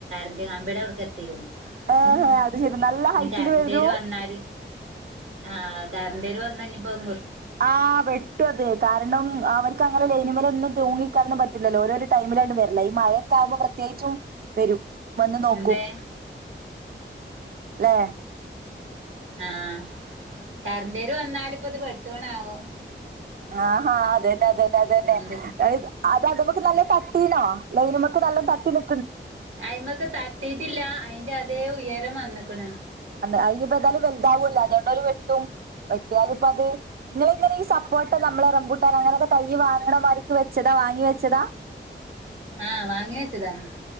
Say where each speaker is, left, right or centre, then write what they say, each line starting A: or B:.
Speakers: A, on the right (about 85°); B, on the right (about 50°).
A: ന്റെ കാമ്പിടവിട്ക്കെത്തിക്ക്‌ണു
B: ഏഹ്
A: ഉം
B: അത് ശരി നല്ല
A: ഇനിക്കരന്റെര്
B: ഹൈറ്റിൽ വരും
A: വന്നാല് ആഹ് കരണ്ടെരോന്നെനിപ്പോ നി
B: അ വെട്ടുത് കാരണം അവർക്ക് അങ്ങനെ ലേനിമലൊന്നും തൂങ്ങിക്കാരന്നും പറ്റില്ലല്ലോ ഓരോരോ ടൈമിലാണ്ട് വര്ല്ല ഈ മഴൊക്കാകുമ്പോ പ്രത്യേകിച്ചും വെരും വന്ന് നോക്കും
A: എന്തേ
B: ലേ?
A: ആഹ കറിന്റെര് വന്നാലിപ്പോത് വെട്ടോണാവോ
B: ആ ഹാ അതെന്നെ അതെന്നെ അതെന്നെ
A: പിന്നെന്തൊക്കെ
B: അത് അത്മ്മക്ക് നല്ലോ തട്ടീണോ? ലൈന്മ്മക്ക് നല്ല തട്ടി നി
A: അയി്മക്ക് തട്ടിട്ടില്ല അയിന്റെ അതേ ഉയരം വന്ന് ക്ക്ണ്
B: അനിയിപ്പോ എന്താലും വലുതാവൂല്ലോ അതുകൊണ്ടൊരു വെട്ടും വയ്യാലിപ്പൊ അത് നിങ്ങളിങ്ങനെ ഈ സപ്പോട്ട നമ്മൾ റംമ്പൂട്ടാൻ അങ്ങനൊക്കെ തയ്യി വാങ്ങണമാർക്ക് വെച്ചതാ? വാങ്ങി വെച്ചതാ
A: ആ വാങ്ങി വെച്ചതാണ്